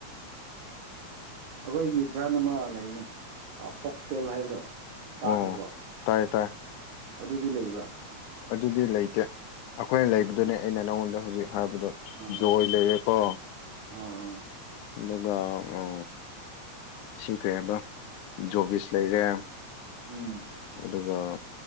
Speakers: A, on the right (about 75°); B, on the left (about 85°).
A: ꯑꯩꯈꯣꯏꯒꯤ ꯕ꯭ꯔꯥꯟ ꯑꯃ ꯂꯩꯅꯦ ꯐꯣꯛꯁꯇꯦꯜ ꯍꯥꯏꯕꯗꯣ ꯇꯥꯈ꯭ꯔꯕꯣ
B: ꯑꯣ ꯇꯥꯏ ꯇꯥꯏ
A: ꯑꯗꯨꯗꯤ ꯂꯩꯕ꯭ꯔꯥ
B: ꯑꯗꯨꯗꯤ ꯂꯩꯇꯦ ꯑꯩꯈꯣꯏꯅ ꯂꯩꯕꯗꯨꯅꯦ
A: ꯑꯠꯆꯥ ꯑꯠꯆꯥ
B: ꯑꯩꯅ ꯅꯪꯉꯣꯟꯗ ꯍꯧꯖꯤꯛ ꯍꯥꯏꯕꯗ
A: ꯑꯥ
B: ꯖꯣꯏ ꯂꯩꯔꯦꯀꯣ
A: ꯑꯥ ꯑꯥ
B: ꯑꯗꯨꯒ ꯎ ꯁꯤ ꯀꯔꯤ ꯍꯥꯏꯕ ꯖꯣꯕꯤꯁ ꯂꯩꯔꯦ
A: ꯎꯝ
B: ꯑꯗꯨꯒ